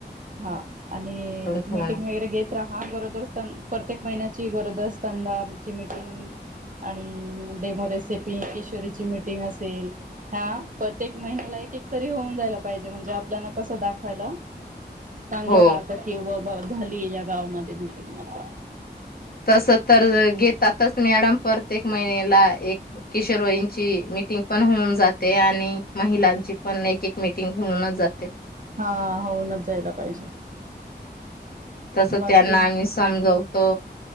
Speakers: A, on the right; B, on the left.
A: हा. आणि
B: करून ठेवाणार.
A: मीटिंग वगैरे घेत हा गरोदर स्तन प्रत्येक महिन्याची गरोदर स्तनदांची मिटिंग आणि डेमो रेसिपी किशोरीची मिटिंग असेल, ह्या प्रत्येक महिन्याला एक एक तरी होऊन जायला पाहिजे म्हणजे आपल्याला कस दाखवायला चांगलं
B: हो.
A: राहतं की व झालीय या गावामध्ये मीटिंग असं.
B: तसं तर घेतातच मॅडम प्रत्येक महिन्याला एक किशोरवईंची ची मिटिंग पण होऊन जाते आणि महिलांची पण एक मीटिंग होऊनच जाते.
A: हा होऊनच जायला पाहिजे.
B: तस
A: बाकी
B: त्यांना आम्ही सांग तो